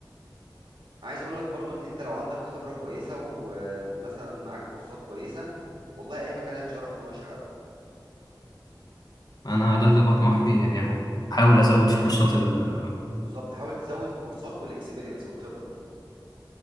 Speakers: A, on the right; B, on the left.
A: عايز اقول لك برضو ان انت لو عندك خبرة كويسة ومثلا معاك كورسات كويسة والله اي مكان هيتشرف ان هو يشغلك
B: أنا ده اللي بطمح فيه يعني أحاول أزود في كورسات ال
A: بالظبط حاول تزود في كورسات والاكسبيرينس والخبرة